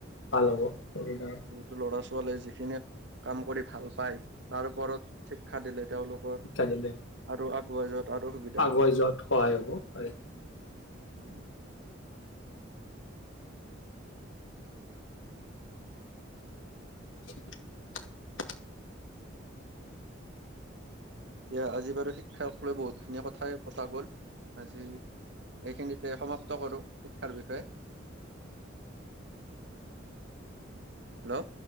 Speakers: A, on the left (about 85°); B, on the right (about 60°).
A: ভাল হ'ব, সুবিধা
B: যিটো ল'ৰা-ছোৱালীয়ে যিখিনি কাম কৰি ভাল পায়, তাৰ ওপৰত শিক্ষা দিলে তেওঁলোক
A: <unintelligible>
B: আৰু আগুৱাই যোৱাত আৰু সুবিধা
A: আগুৱাই
B: হ'ব।
A: যোৱাত সহায় হ'ব, হয়।
B: এতিয়া
A: <inaudible>
B: দিয়া, আজি বাৰু শিক্ষাক লৈ বহুত খিনি কথাই পতা গ'ল আজি এইখিনিতে সমাপ্ত কৰোঁ, শিক্ষাৰ বিষয়ে। হেল্ল'।